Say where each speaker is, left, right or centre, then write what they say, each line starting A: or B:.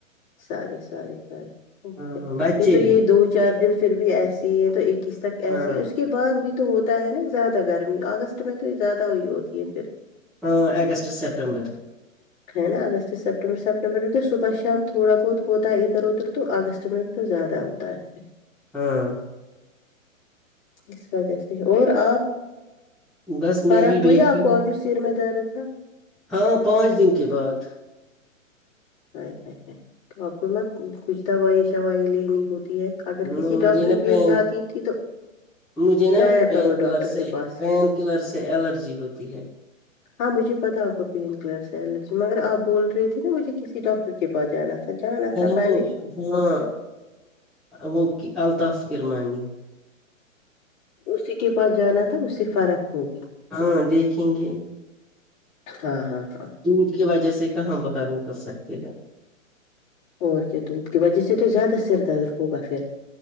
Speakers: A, on the left; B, in the centre.
A: سارے ساری ساری
B: ہاں بچے
A: یہ تو یہی
B: بھی
A: دو چار دن پھر بھی ایسے ہی ہیں تو ایک ہی تک
B: ہاں
A: ایسی اس کے بعد بھی تو ہوتا ہے نا زیادہ گرمی اگست میں تو زیادہ ہوئی ہوتی ہے پھر
B: ہاں اگست سپٹمبر
A: ہے نا اگست سپٹمبر سپٹمبر میں تو صبح شام تھوڑا بہت ہوتا ہے ادھر ادھر تو اگست میں بھی تو زیادہ ہوتا ہے
B: ہاں
A: اس وجہ سے اور آپ
B: بس
A: فرق
B: میں بھی
A: ہوئی
B: بیٹھی
A: آپ کو اور جو سر میں درد تھا
B: ہاں پانچ دن کے بعد
A: ہ ہ تو آپ کو نہ کچھ دوائی شائی لینی ہوتی ہے اگر
B: مجھے
A: کسی ڈاکٹر
B: نا
A: پیس
B: پین
A: جاتی تھی تو
B: مجھے نا
A: جایا
B: پین
A: کرو
B: کلر
A: ڈاکٹر
B: سے
A: کے پاس
B: پین کلر سے الرجی ہوتی ہے
A: ہاں مجھے پتا آپ کو پین کلر سے الرجی مگر آپ بول رہی تھی نا مجھے کسی ڈاکٹر کے پاس جانا تھا جانا تھا
B: نا
A: پہلے
B: وہ ہاں وہ الطاف کررمانی
A: اسی کے پاس جانا تھا اس سے فرق ہوگی
B: ہاں دیکھیں گے
A: ہاں ہاں ہاں
B: دھوپ کی وجہ سے کہاں باہر نکل سکتے ہیں
A: اور کیا دھوپ کی وجہ سے تو زیادہ سر درد ہوگا پھر